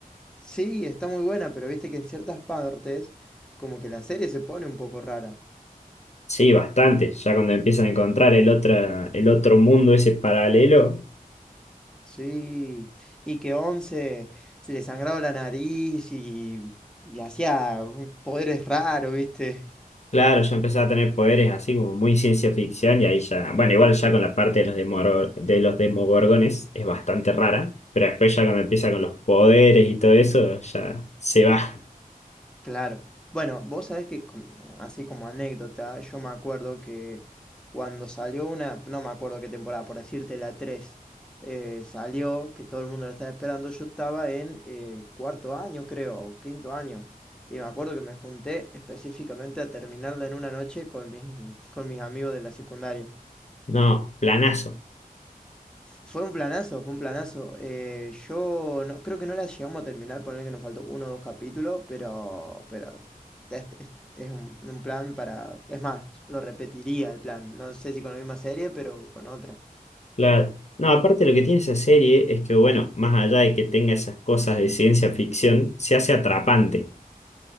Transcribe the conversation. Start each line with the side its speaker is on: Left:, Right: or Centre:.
Centre: sí, está muy buena, pero viste que en ciertas partes como que la serie se pone un poco rara.
Left: Sí, bastante. Ya cuando empiezan a encontrar el otro, el otro mundo ese paralelo,
Centre: Sí, y que Once se le sangraba la nariz y, y hacía poderes raros, ¿viste?
Left: Claro, ya empezaba a tener poderes así como muy ciencia ficción y ahí ya, bueno, igual ya con la parte de los demoro- de los demogorgones es bastante rara, pero después ya cuando empieza con los poderes y todo eso, ya se va.
Centre: Claro. Bueno, vos sabés que, com- así como anécdota, yo me acuerdo que cuando salió una, no me acuerdo qué temporada, por decirte la 3, eh, salió, que todo el mundo la estaba esperando, yo estaba en eh, cuarto año, creo, o quinto año, y me acuerdo que me junté específicamente a terminarla en una noche con mis, <laughs> con mis amigos de la secundaria.
Left: No, planazo,
Centre: Fue un planazo, fue un planazo. Eh, yo no, creo que no la llegamos a terminar, poner que nos faltó uno o dos capítulos, pero, pero es, es- es un, un plan para... Es más, lo repetiría el plan. No sé si con la misma serie, pero con otra.
Left: claro. No, aparte lo que tiene esa serie es que, bueno, más allá de que tenga esas cosas de ciencia ficción, se hace atrapante.